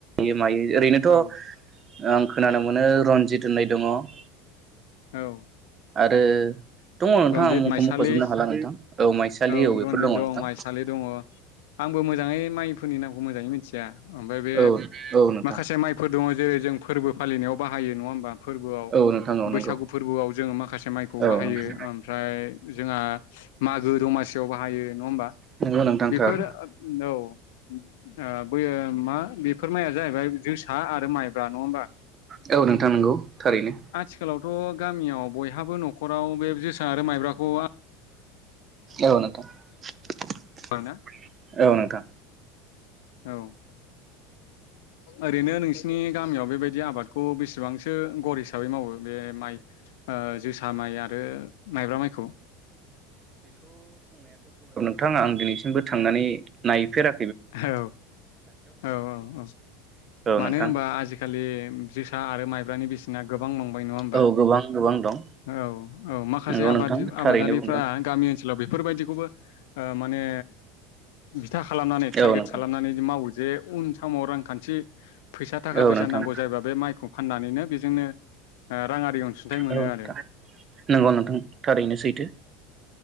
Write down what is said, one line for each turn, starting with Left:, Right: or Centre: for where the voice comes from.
Right: इएम आइ ओरैनोथ'
Left: औ
Right: आं खोनानो मोनो रन्जित होननाय दङ । <inaudible>
Left: औ।
Right: आरो दङ नोंथां
Left: रनजित
Right: आं मुंखौ
Left: माइसालि
Right: मख'जोबनो हाला नोंथां माइसालि
Left: औ
Right: बेफोर
Left: रनजित
Right: दङ नोंथां
Left: दं माइसालि दङ आंबो मोजाङै माइफोरनि नामखौ मोजाङै मिथिया ओमफाय बे
Right: औ औ नोंथां
Left: माखासे माइफोर दङ जेरै जों फोरबो फालिनायाव बाहा हायो नङा होमबा? फोरबोआव
Right: औ नोंथां औ
Left: बैसागु
Right: नंगौ
Left: फोरबोआव जोङो माखासे माइखौ
Right: औ नोंथां
Left: बाहायो । ओमफ्राय जोंहा मागो दमासियाव बाहायो नङा होमबा
Right: नंगौ नोंथां
Left: बेफोर
Right: थार
Left: औ । आ बैयो मा बेफोर माइया जाहैबाय जोसा आरो माइब्रा नङा होमबा
Right: औ नोंथां नंगौ थारैनो
Left: आथिखालावथ' गामियाव बयहाबो न'खराव बे जो आरो माइब्राखौ
Right: औ नोंथां ।
Left: आरोना
Right: औ नोंथां।
Left: औ। ओरैनो नोंसिनि गामियाव बेबाय दि आबादखौ बेसेबांसो गर हिसाबै मावो बे माइ ओ जोसा माइ आरो माइब्रा माइखौ?
Right: नोंथांआं दिनैसिमबो थांनानै नायफेरा
Left: औ औ औ औ
Right: औ
Left: मानो
Right: नोंथां
Left: होनबा आजिखालि जोसा आरो माइब्रानि बेसे ना गोब बां बांबाय नङा होमबा?
Right: औ गोबां गोबां दं
Left: औ औ माखासे
Right: नंगौ
Left: आबाद
Right: नोंथां थारैनो
Left: आबादारिफ्रा
Right: बुंदों
Left: गामि ओनसोलाव बेफोरबायदिखौबो ओ माने था खालामनानै टारगेट
Right: औ नोंथां
Left: खालामनानै मावो जे उन समाव रांखान्थि फैसा थाखा
Right: औ
Left: फैसा
Right: नोंथां
Left: नांगौ जायोबा बे माइखौ फाननानैनो बे जोंनो ओ रांआरि अनसुंथाइ मोनो
Right: औ नोंथां
Left: आरो ।
Right: नंगौ नोंथां थारैनो सैथो।